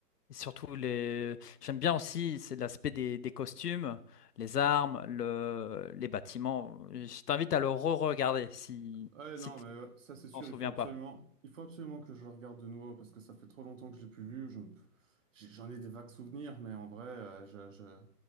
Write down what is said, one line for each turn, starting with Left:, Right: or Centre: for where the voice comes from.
Left: Et surtout, les... j'aime bien aussi, c'est l'aspect des, des costumes, les armes, le... les bâtiments. Je t'invite à le re-regarder si,
Right: ouais
Left: si
Right: non
Left: tu
Right: mais ouais, ça c'est sûr,
Left: t'en souviens
Right: il faut absolument,
Left: pas.
Right: il faut absolument que je le regarde de nouveau parce que ça fait trop longtemps que je l'ai plus vu. Je me- j'ai- j'en ai des vagues souvenirs, mais en vrai, euh, je, je-